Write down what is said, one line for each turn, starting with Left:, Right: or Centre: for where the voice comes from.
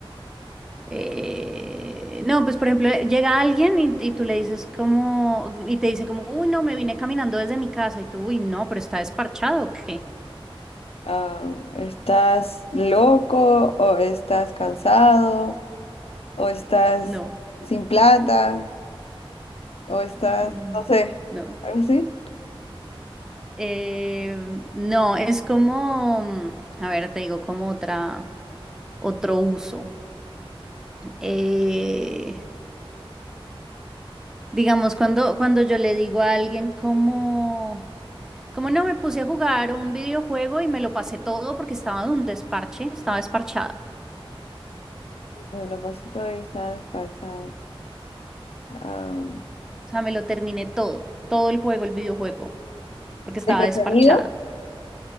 Centre: eh, no, pues por ejemplo, llega alguien y, y tú le dices como, y te dice como, uy, no, me vine caminando desde mi casa y tú, uy, no, pero está desparchado, ¿o ¿qué?
Left: am, ¿estás loco o estás cansado o estás
Centre: No,
Left: sin plata o estás,
Centre: mm,
Left: no sé,
Centre: no.
Left: algo así?
Centre: Eh, no, es como, mm, a ver, te digo como otra, otro uso. Eh, Digamos, cuando, cuando yo le digo a alguien como, como no me puse a jugar un videojuego y me lo pasé todo porque estaba de un desparche, estaba desparchada.
Left: Bueno, lo pasé todo y estaba despachado. Am,
Centre: O sea, me lo terminé todo, todo el juego, el videojuego, porque estaba
Left: ¿entretenido?
Centre: desparchada.